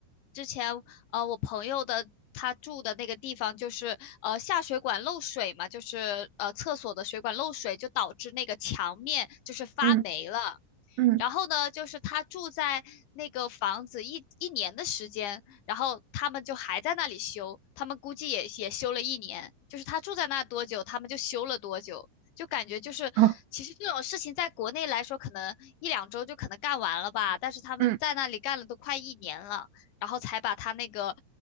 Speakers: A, on the left; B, on the right.
A: 之前呃，我朋友的他住的那个地方就是呃下水管漏水嘛，就是呃厕所的水管漏水，就导致那个墙面就是发霉了。
B: 嗯嗯嗯嗯。
A: 然后呢，就是他住在那个房子一一年的时间，然后他们就还在那里修，他们估计也也修了一年，就是他住在那多久，他们就修了多久，就感觉就是其实这种事情在国内来说，
B: 嗯，
A: 可能一两周就可能干完了吧，但是他们在那里干了都快一年了，
B: 嗯，
A: 然后才把他那个